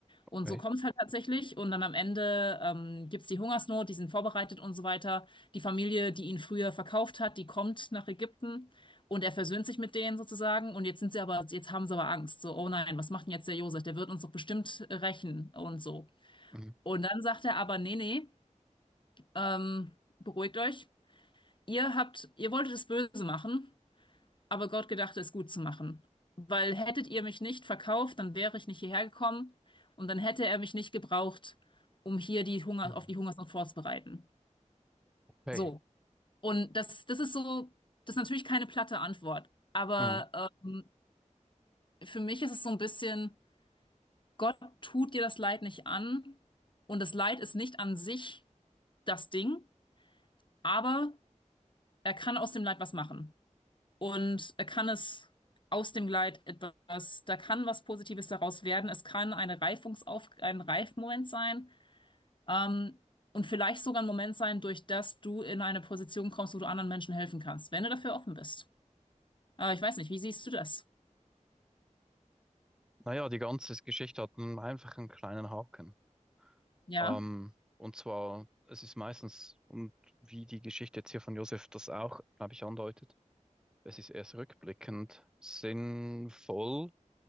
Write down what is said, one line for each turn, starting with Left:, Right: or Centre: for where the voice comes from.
Left: Und
Centre: Okay.
Left: so kommt es halt tatsächlich. Und dann am Ende ähm, gibt es die Hungersnot, die sind vorbereitet und so weiter. Die Familie, die ihn früher verkauft hat, die kommt nach Ägypten und er versöhnt sich mit denen sozusagen. Und jetzt sind sie aber, jetzt haben sie aber Angst. So, oh nein, was macht denn jetzt der Josef? Der wird uns doch bestimmt rächen und so.
Centre: Mhm.
Left: Und dann sagt er aber, nee, nee, ähm, beruhigt euch. Ihr habt, ihr wolltet es böse machen, aber Gott gedachte es gut zu machen. Weil hättet ihr mich nicht verkauft, dann wäre ich nicht hierher gekommen und dann hätte er mich nicht gebraucht, um hier die Hunger,
Centre: Mhm.
Left: auf die Hungersnot vorzubereiten.
Centre: Okay.
Left: So. Und das, das ist so, das ist natürlich keine platte Antwort. Aber
Centre: Mhm.
Left: ähm, für mich ist es so ein bisschen, Gott tut dir das Leid nicht an und das Leid ist nicht an sich das Ding, aber er kann aus dem Leid was machen. und er kann es aus dem Leid etwas, da kann was Positives daraus werden. Es kann eine Reifungsauf, ein Reifmoment sein, ähm, und vielleicht sogar ein Moment sein, durch das du in eine Position kommst, wo du anderen Menschen helfen kannst, wenn du dafür offen bist. Aber ich weiß nicht, wie siehst du das?
Centre: Naja, die ganze Geschichte hat einen einfachen kleinen Haken.
Left: Ja.
Centre: Ähm, und zwar, es ist meistens, und wie die Geschichte jetzt hier von Josef das auch, glaube ich, andeutet, es ist erst rückblickend sinnvoll